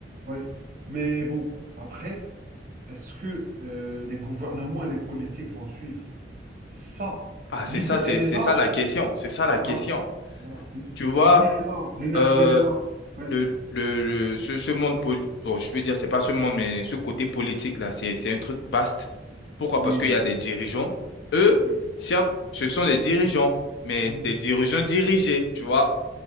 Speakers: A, on the right; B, on the left.
A: ouais. Mais bon, après, est-ce que euh, les gouvernements et les politiques vont suivre? C'est ça.
B: Ah, c'est
A: L'idée,
B: ça, c'est
A: elle est
B: c'est
A: là.
B: ça la question. C'est ça la
A: Voilà.
B: question.
A: Voilà.
B: Tu vois,
A: L'idée, elle est là. L'énergie,
B: euh,
A: elle est là. Oui,
B: le, le, le- ce, ce monde, poli- bon, je peux dire, c'est pas ce monde, mais ce côté politique-là, c'est c'est un truc vaste. Pourquoi?
A: oui,
B: Parce qu'il y a des dirigeants. Eux,
A: oui.
B: certes, ce sont des dirigeants, mais
A: Mhm.
B: des dirigeants dirigés, tu vois.